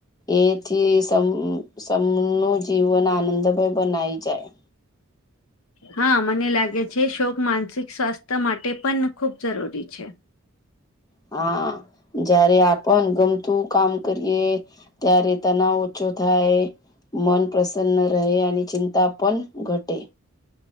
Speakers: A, on the left; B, on the left.
A: એથી સમનું જીવન આનંદભય બનાઈ જાય.
B: હા, મને લાગે છે. શોક માનસિક સ્વાસ્થ્ય માટે પણ ખૂબ જરૂરી છે.
A: હા. જયારે આપણ ગમતું કામ કરીએ, ત્યારે તનાવ ઓછો થાય. મન પ્રસન્ન રહે અને ચિંતા પણ ઘટે.